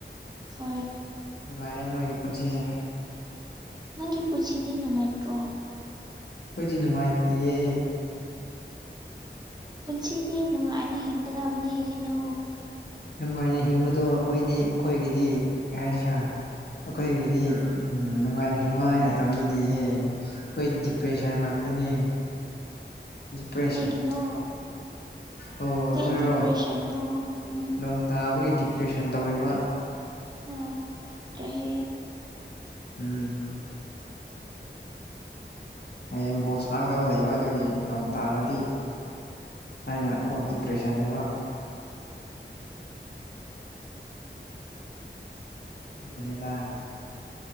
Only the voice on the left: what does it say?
ꯅꯨꯡꯉꯥꯏꯔꯦ ꯅꯣꯏꯒꯤ ꯄꯨꯟꯁꯤꯁꯦ꯫
ꯑꯩꯈꯣꯏꯗꯤ ꯅꯨꯡꯉꯥꯏꯇꯤꯌꯦ꯫
ꯅꯨꯡꯉꯥꯏꯅ ꯍꯤꯡꯕꯗꯣ ꯑꯩꯈꯣꯏꯗꯤ ꯑꯩꯈꯣꯏꯒꯤꯗꯤ ꯀꯩ ꯍꯥꯏꯁꯤꯔꯥ ꯑꯩꯈꯣꯏꯒꯤꯗꯤ ꯅꯨꯡꯉꯥꯏꯅ ꯍꯤꯡꯉꯣ ꯍꯥꯏꯅ ꯇꯝꯕꯤꯗꯤꯌꯦ꯫ ꯑꯩꯈꯣꯏ ꯗꯤꯄ꯭ꯔꯦꯁꯟ ꯉꯥꯛꯇꯅꯦ ꯗꯤꯄ꯭ꯔꯦꯁꯟ꯫
ꯑꯣ ꯑꯩꯈꯣꯏꯔꯣ
ꯅꯣꯡ ꯇꯥꯕꯒꯤ ꯗꯤꯄ꯭ꯔꯦꯁꯟ ꯇꯧꯔꯤꯕ꯫
ꯎꯝ꯫ ꯍꯌꯦꯡ ꯕꯣꯁ ꯁꯅꯒꯗꯧꯕ ꯂꯩꯕ ꯑꯗꯨꯒꯤ ꯅꯣꯡ ꯇꯥꯔꯗꯤ‌꯫ ꯍꯥꯏꯅ ꯀꯣ ꯗꯤꯄ꯭ꯔꯦꯁꯟ ꯂꯩꯕ꯫ ꯗꯨꯒꯤꯅꯦꯗꯥ